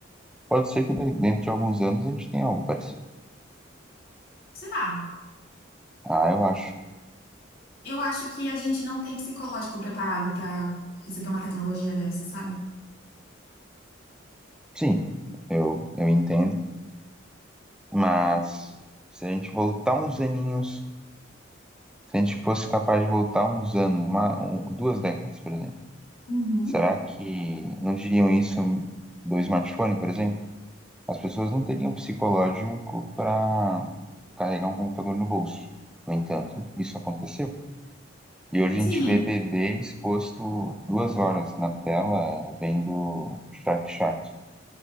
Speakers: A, in the centre; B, on the left.
A: pode ser que de- dentro de alguns anos a gente tenha algo parecido.
B: Será?
A: Ah, eu acho.
B: Eu acho que a gente não tem psicológico preparado para receber uma tecnologia dessa, sabe?
A: Sim, eu, eu entendo. Mas se a gente voltar uns aninhos Se a gente fosse capaz de voltar uns anos, uma, um- duas décadas, por exemplo,
B: Uhum.
A: será que não diriam isso do smartphone, por exemplo? As pessoas não teriam psicológico para carregar um computador no bolso. No entanto, isso aconteceu. E hoje
B: Sim,
A: a gente vê bebê exposto duas horas na tela vendo Shark Shark.